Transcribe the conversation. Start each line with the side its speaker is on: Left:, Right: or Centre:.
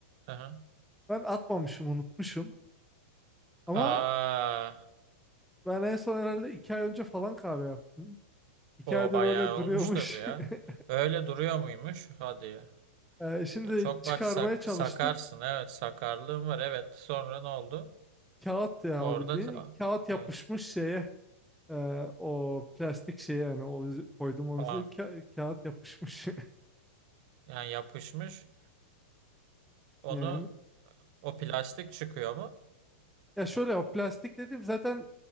Right: Aha.
Centre: Ben atmamışım, unutmuşum. Ama
Right: Aa.
Centre: ben en son herhalde iki ay önce falan kahve yaptım. İki
Right: O
Centre: aydır
Right: bayağı
Centre: öyle duruyormuş.
Right: olmuş tabii ya.
Centre: <laughs>
Right: Öyle duruyor muymuş? Hadi ya.
Centre: Eee, şimdi
Right: Ya çok
Centre: çıkarmaya
Right: bak sak-
Centre: çalıştım.
Right: sakarsın. Evet sakarlığın var. Evet. Sonra ne oldu?
Centre: Kağıt ya
Right: Orada
Centre: o bildiğin.
Right: ta-
Centre: Kağıt yapışmış
Right: evet.
Centre: şeye. eee, o plastik şeye yani o koydum onu
Right: Aa,
Centre: Ka- kağıt yapışmış
Right: yani yapışmış. Onu
Centre: <laughs> yani.
Right: o plastik çıkıyor mu?
Centre: Ya şöyle o plastik dedim zaten